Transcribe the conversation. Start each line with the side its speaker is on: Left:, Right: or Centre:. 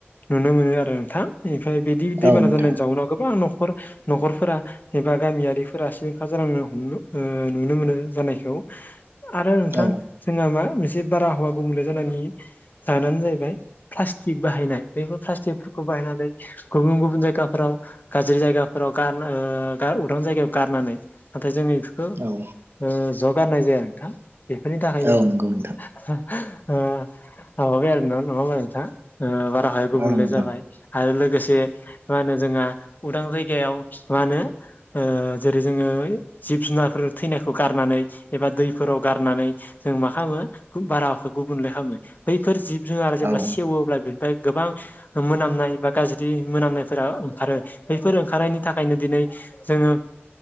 Left: नुनो मोनो आरो नोंथां ओमफ्राय बिदि दैबाना
Right: औ नोंथां
Left: जानायनि जाउनाव गोबां न'खर न'खरफोरा एबा गामियारिफोरा सिलिंखार जालांनो हमनो ओ नुनो मोनो जानायखौ आरो नोंथां
Right: औ
Left: जोंहा मा मोनसे बारहावा गुबुंले जानानै जानानै जाहैबाय प्लाष्टिक बाहायनाय बेफोर प्लाष्टिकफोरखौ बाहायनानै गुबुन गुबुन जायगाफोराव गाज्रि जायगाफोराव गार ओ उदां जायगायाव गारनानै नाथाय जोंनि बेखौ
Right: औ
Left: ओ जगारनाय जाया नोंथा बेफोरनि
Right: औ नंगौ नोंथां
Left: <unintelligible> बाराहाय गुबुंले
Right: औ नोंथां
Left: जाबाय आरो लोगोसे मा होनो जोंहा उदां जायगायाव मा होनो। ओ जेरै जोङो जिब-जुनारफोर थैनायखौ गारनानै एबा दैफोराव गारनानै जों मा खालामो बारहावाखौ गुबुंले खालामो बैफोर जिब-जुनार जेब्ला
Right: औ
Left: सेवोब्ला बेनिफ्राय गोबां मोनामनाय बा गाज्रि मोनामनायफोरा ओंखारो बैफोर ओंखारनायनि थाखायनो दिनै जोङो